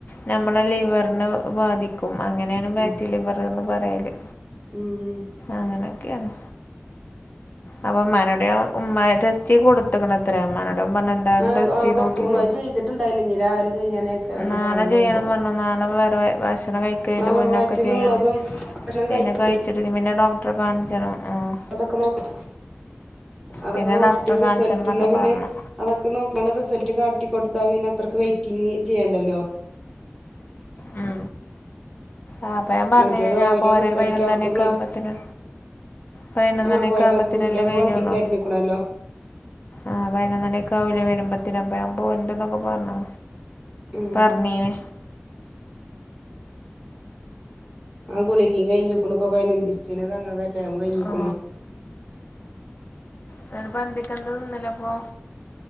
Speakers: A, on the left; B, in the centre.
A: ഞമ്മളെ ലിവർന് ബാധി ക്കും അങ്ങനേണ് ഫാറ്റിലിവറ്ന്ന്
B: ഉം
A: പറയല്.
B: ഉം
A: അങ്ങനൊക്കെയാണ് അപ്പൊമാനോട് ഞാൻ ഉമ്മാടെസ്റ്റ് കൊടുത്ത്ക്ക്ണത്രേ മ്മാനോട് ന്റെ മ്മർഞ്ഞെന്തായാലും
B: ആഹ്
A: ടെസ്റ്റ്
B: ആഹ്
A: ചെയ്തോക്കിക്ക്ണു.
B: കൊടുത്തുക്കണു അത് ചെയ്തിട്ടുണ്ടായില്ല ഇനി രാവിലെ ചെയ്യാനേക്കാരം എന്നാ
A: നാളെ
B: പാലോണ്ട്
A: ചെയ്യണം
B: പോകുമ്പോ
A: പർഞ്ഞ നാളെ വേറെ ഭക്ഷണം കഴിക്ക്ണേന്റെ
B: ആഹ് വെറും
A: മുന്നൊക്കെ
B: വയറ്റിലുള്ളതും
A: ചെയ്യണം.
B: ഭക്ഷണം
A: പിന്നെ
B: കഴിച്ച
A: കഴി ചച്ചുരി പിന്നെ ഡോക്ടറെ കാൺച്ചണം ആഹ്
B: അതൊക്കെ നോക്കും. അതൊക്കെ
A: പിന്നെ
B: നോക്കിട്ട്
A: ഡോക്ടറെ
B: റിസൾട്ടിന്ന്
A: കാണിച്ചണം എന്നൊക്കെ
B: പിന്നെ
A: പറഞ്ഞു
B: അതൊക്കെ നോക്യാണ്ട റിസൾട്ട് കാട്ടിക്കൊടുത്താ പിന്നത്രക്ക് വെയിറ്റിംഗ് ചെയ്യണ്ടല്ലോ
A: ഉം ആഹ് അപ്പ ഞാൻ പർഞ്ഞീനി
B: മറ്റേത്
A: ഞാൻപോര,
B: ഓരോ റിസൾട്ട്
A: ഒരു പയ്നൊന്നണ്യൊക്കാവുമ്പത്തിന്
B: അവിടുന്ന് ബ്ലഡ്
A: പയ്നൊന്നണിയൊക്കാവു
B: ആഹ് പോയ മതി
A: മ്പോതിനല്ലേ
B: പുല്ലൊക്കെ
A: വെരൊള്ളു
B: വണ്ടിക്ക് എറിഞ്ഞിക്കണല്ലോ
A: ആഹ് പയ്നൊന്ന് മണിയൊക്കെ ആവുലെ വരുമ്പത്തന അപ്പ ഞാൻ പോണ്ടന്നൊക്കെ പറഞ്ഞോ
B: ഉം
A: പർണീനി
B: ആ ഗുളിഗെം കഴിഞ്ഞിക്ക്ണു പ്പൊ പയിനഞ്ചിസ്തിന് തന്നതല്ലെ അഉം കയ്ഞ്ഞ്ക്കുണു
A: ഓ ന്നട്ട്പ്പന്തിക്കെന്താ തിന്നലപ്പോ